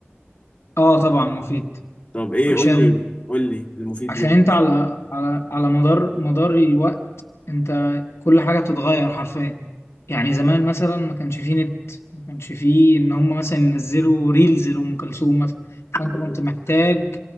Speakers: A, on the left (about 80°); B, on the left (about 25°).
A: اه طبعا مفيد
B: طب ايه
A: عشان
B: قول لي قول لي المفيد
A: عشان
B: ليه
A: انت على على على مدار مدار الوقت انت كل حاجة بتتغير حرفيا يعني زمان مثلا ما كانش فيه نت ما كانش فيه ان هم مثلا ينزلوا ريلز لأم كلثوم مثلا فانت كنت محتاج